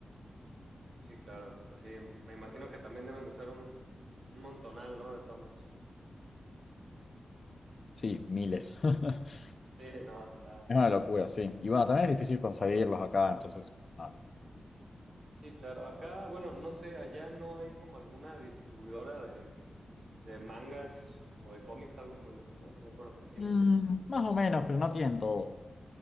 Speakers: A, on the right; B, on the left.
A: Sí, claro. Pues sí, me imagino que también deben de ser un, un montonal, ¿no? De tomos.
B: Sí, miles. <laughs>
A: Sí, <laughs> no, está.
B: Es una locura, sí. Y bueno, también es difícil conseguirlos acá, entonces, nada.
A: Sí, claro. Acá, bueno, no sé, allá no hay como alguna distribuidora de, de mangas o de cómics, algo por el estilo, allá por Argentina.
B: Mm, más o menos, pero no tienen todo.